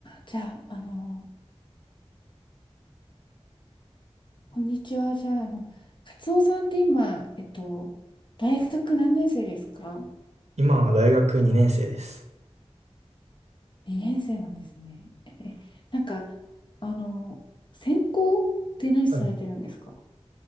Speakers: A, on the left; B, on the right.
A: じゃあ、あの、こんにちは。じゃあ、あの、カツオさんって今、えっと、大学何年生ですか
B: 今は大学2年生です。
A: ?2 年生なんですね。え、なんか、あの、専攻って何されてるんですか
B: はい。